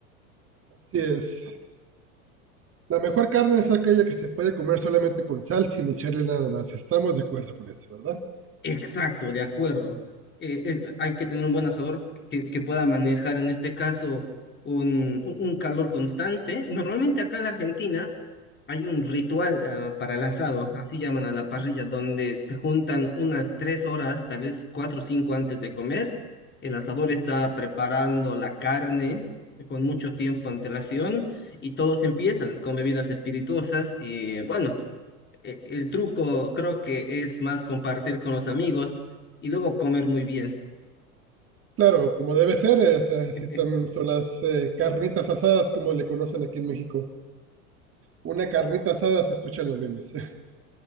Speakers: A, on the right; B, on the left.
A: Así es. La mejor carne es aquella que se puede comer solamente con sal sin echarle nada más. Estamos de acuerdo con eso, ¿verdad?
B: Exacto, de acuerdo. Eh, es- hay que tener un buen asador que, que pueda manejar en este caso un, un calor constante. Normalmente acá en la Argentina hay un ritual ah, para el asado, así llaman a la parrilla, donde se juntan unas tres horas, tal vez cuatro o cinco antes de comer. El asador está preparando la carne con mucho tiempo antelación y todos empiezan con bebidas espirituosas y bueno, e- El truco creo que es más compartir con los amigos y luego comer muy bien.
A: Claro, como debe ser, es, eh,
B: <laughs>
A: sí son, son las eh, carnitas asadas, como le conocen aquí en México. Una carnita asada se escucha en los memes. <laughs>